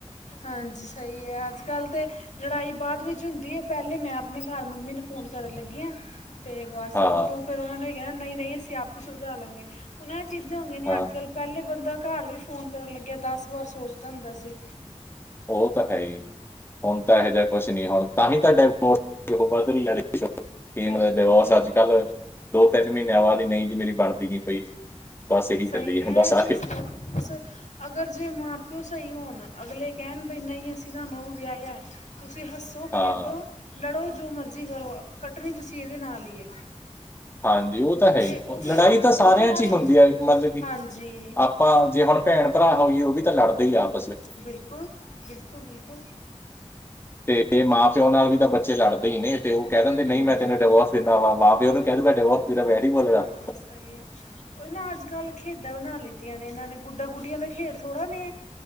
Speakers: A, on the left; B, on the left.
A: ਹਾਂਜੀ ਸਹੀ ਹੈ ਅੱਜ ਕੱਲ੍ਹ ਤੇ ਲੜਾਈ ਬਾਅਦ ਵਿੱਚ ਹੁੰ ਹੈ ਪਹਿਲੇ ਮੈਂ ਆਪਣੇ ਘਰ ਮੰਮੀ ਨੂੰ ਫੋਨ ਕਰਨ ਲੱਗੀ ਹਾਂ ਅਤੇ ਬਸ
B: ਹਾਂ
A: ਉੱਤੋਂ ਫਿਰ ਉਹਨਾਂ ਨੇ ਕਿਹਾ ਨਹੀਂ ਅਸੀਂ ਆਪ ਸੁਲਝਾ ਲਾਂਗੇ ਉਹਨਾਂ ਚੀਜ਼ਾਂ ਹ ਹੋ ਗਗਆਂ ਨੇ
B: ਹਾਂ
A: ਅੱਜ ਕੱਲ੍ਹ ਪਹਿਲੇ ਬੰਦਾ ਘਰ ਵੀ ਫ਼ੋਨ ਕਰਨ ਲੱਗਿਆ ਦਸ ਵਾਰ ਸੋਚਦਾ ਹੁੰਦਾ ਸੀ
B: ਉਹ ਤਾਂ ਹੈ ਹੀ ਹੁਣ ਤਾਂ ਇਹੋ ਜਿਹਾ ਕੁਛ ਨੀ ਹੁਣ ਤਾਂ ਹੀ ਤਾਂ ਡਾਇਵੋਰਸ ਉਹ ਵੱਧ ਰਹੀ ਕੀ
A: ਬਿਲਕੁਲ-ਬਿਲਕੁਲ
B: ਮਤਲਬ ਡਿਵੋਰਸ ਅੱਜ ਕੱਲ ਦੋ ਤਿੰਨ ਮਹੀਨਿਆਂ ਬਾਅਦ ਹੀ ਨਹੀਂ ਜ ਮੇਰੀ ਬਣਦੀ ਹੀ ਪਈ ਬਸ ਇਹੀ ਚੱਲੀ
A: ਸਹੀ
B: ਹ
A: ਹੈ
B: ਬਸ
A: ਇਹ
B: ਆਾਰੇ
A: ਚੀਜ਼ ਬਸ ਅਗਰ ਜੇ ਮਾਂ ਪਿਓ ਸਹੀ ਹੋਣ ਅਗਲੇ ਕਹਿਣ ਬਈ ਨਹੀਂ ਅਸੀਂ ਤਾਂ ਨੂੰਹ ਵਿਆਹਈ ਹੈ ਤੁਸੀਂ ਹੱਸ ਸੋ ਖੇਡੋ
B: ਹਾਂ
A: ਲੜੋ ਜੋ ਮਰਜ਼ੀ ਕਰੋ ਕੱਟਣੀ ਤੁਸੀਂ ਇਹਦੇ ਨਾਲ ਹੀ ਹੈ
B: ਹਾਂਜੀ ਉਹ ਤਾਂ ਹੈ ਹੀ
A: ਤੇ ਉਹ ਫਿਰ
B: ਲੜਾਈ ਤਾਂ ਸਾਰਿਆਂ
A: ਉਹਦੇ ਨਾਲ
B: ਚ ਹੀ ਹੁੰਦੀ ਹੈ ਮਤਲਬ ਕਿ
A: ਹਾਂਜੀ
B: ਆਪਾਂ ਜੇ ਹੁਣ ਭੈਣ ਭਰਾ ਹੋਈਏ ਉਹ ਵੀ ਤਾਂ ਲੜਦੇ ਹੀ ਆਪ
A: ਬਿਲਕੁਲ ਬਿਲਕੁਲ ਬਿਲਕੁਲ
B: ਤੇ ਮਾਂ ਪਿਓ ਨਾਲ ਵੀ ਤਾਂ ਬੱਚੇ ਲੜਦੇ ਹੀ ਨੇ ਤੇ ਉਹ ਕਹਿ ਦਿੰਦੇ ਨਹੀਂ
A: ਹੂੰ
B: ਮੈਂ ਤੈਨੂੰ ਡਿਵੋਰਸ ਫਨਾ ਵਾ ਮਾਂ ਪਿਓ ਨੂੰ ਕਹਿ ਦੂਗਾ ਡਿਵੋਰਸਦਾ ਵੈਰੀ ਬੋਲੇ ਦਾ
A: ਹਾਂ ਸਹੀ ਹੈ ਉਹ ਇਹਨਾਂ ਨੇ ਅੱਜ ਕੱਲ ਖੇਡਾਂ ਬਣਾ ਲਿੱਤੀਆਂ ਨੇ ਇਹਨਾਂ ਨੇ ਗੁੱਡਾ ਗੀਆਂ ਦਾ ਖੇਡਥੜ੍ਹਾ ਨੇ